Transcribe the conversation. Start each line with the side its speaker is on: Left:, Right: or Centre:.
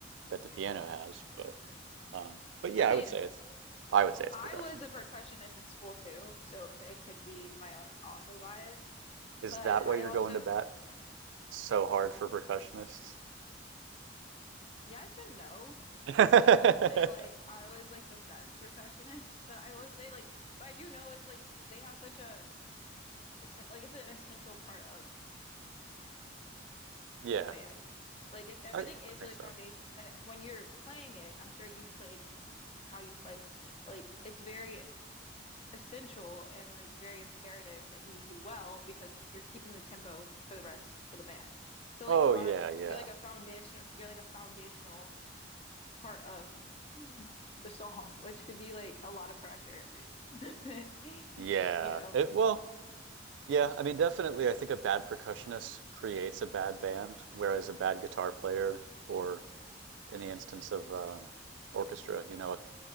Right: that the piano has. But um, but yeah,
Left: I mean.
Right: I would say it's, I would say it's
Left: I
Right: percussion.
Left: was a percussionist in school too, so it could be my own also bias.
Right: Is
Left: But
Right: that
Left: I
Right: why you're
Left: also,
Right: going to bat so hard for percussionists?
Left: yes and no,
Right: <laughs>
Left: because I wouldn't say like I was like the best <laughs> percussionist, but I will say like, but I do know it's like they have such a, essen- like it's an essential part of
Right: Yeah,
Left: the band. Like it, everything
Right: I, I
Left: is
Right: think
Left: really
Right: so.
Left: foundational. And when you're playing it, I'm sure you played how you played, like it's very essential and like very imperative that you do well because you're keeping the tempo for the rest of the band. So like
Right: Oh
Left: a lot
Right: yeah,
Left: of
Right: yeah.
Left: you're like a foundation you're like a foundational part of <laughs> the song, which could be like a lot of pressure. <laughs>
Right: Yeah.
Left: You know,
Right: It, well, yeah, I mean, definitely, I think a bad percussionist creates a bad band, whereas a bad guitar player, or in the instance of um, orchestra, you know, a,